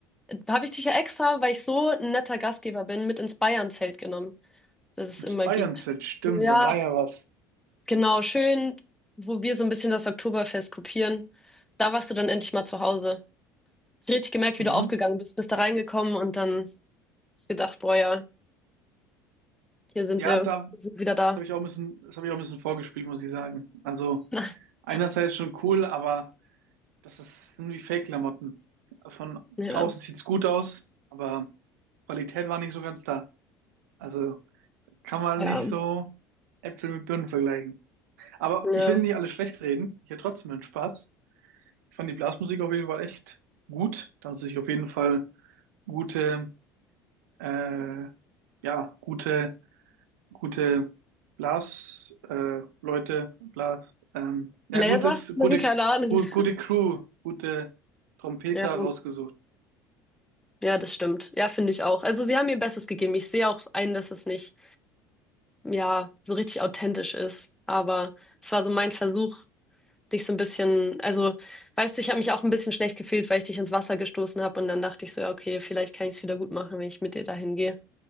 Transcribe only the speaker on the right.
Das
Bayern-Set,
stimmt,
da war ja was.
Mhm.
Ja,
da,
das habe ich auch ein bisschen, das habe ich auch ein bisschen vorgespielt, muss ich sagen. Also
einerseits schon cool, aber das ist irgendwie Fake-Klamotten. Von
außen sieht's gut aus, aber Qualität war nicht so ganz da. Also kann man
nicht so Äpfel mit Birnen vergleichen. Aber
ich will nicht alles schlecht reden. Ich hatte trotzdem einen Spaß. Ich fand die Blasmusik auf jeden Fall echt gut. Da haben sie sich auf jeden Fall gute, äh, ja, gute gute Blas, äh, Leute, Blas, ähm, ja,
gutes, gute,
gu gute Crew, gute Trompeter
rausgesucht.